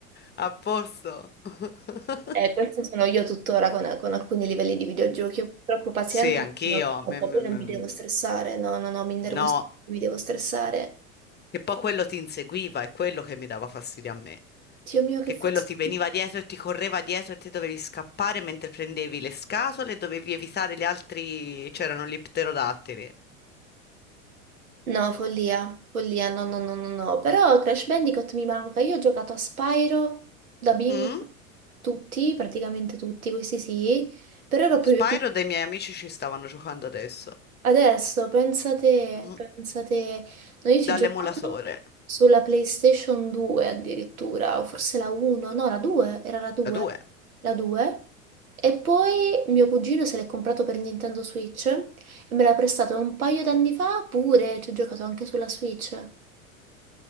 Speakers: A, on the left; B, on the right.
A: a posto. <laughs>
B: eh, questa sono io tuttora con, con alcuni livelli di videogiochi. Io purtroppo pazienza,
A: Sì, anch'io.
B: ne ho troppa,
A: mm,
B: poi
A: mm,
B: non mi
A: mm,
B: devo stressare. No, no, no, mi innervosisco,
A: No,
B: mi devo stressare.
A: che poi quello ti inseguiva, è quello che mi dava fastidio a me.
B: Dio mio, che
A: Che
B: fastidio.
A: quello ti veniva dietro e ti correva dietro e te dovevi scappare mentre prendevi le scatole e dovevi evitare gli altri. C'erano gli pterodattili.
B: No, follia, follia, no, no, no, no, no. Però Crash Bandicoot mi manca. Io ho giocato a Spyro da bimba,
A: Mm?
B: tutti, praticamente tutti, questi sì. Però ero proprio
A: Spyro dei miei amici ci stavano giocando adesso.
B: Adesso, pensate,
A: Mm.
B: pensate, noi ci
A: Dall'emulatore.
B: giocavamo sulla PlayStation 2 addirittura, o forse la 1, no, la 2, era la 2,
A: Da due.
B: la 2. E poi mio cugino se l'è comprato per Nintendo Switch e me l'ha prestato un paio d'anni fa pure, ci ho giocato anche sulla Switch.